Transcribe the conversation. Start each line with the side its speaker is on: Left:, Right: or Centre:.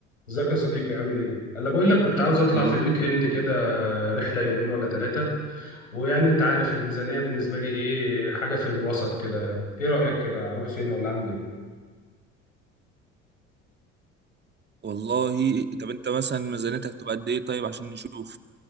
Left: ازيك يا صديقي عامل ايه؟ انا بقول لك كنت عاوز
Right: الحمد
Left: اطلع
Right: لله
Left: في الويك اند كده رحله يومين ولا ثلاثه ويعني انت عارف الميزانيه بالنسبه لي ايه حاجه في الوسط كده ايه رايك كده اروح فين ولا اعمل ايه؟
Right: والله طب انت مثلا ميزانيتك تبقى قد ايه طيب عشان نشوف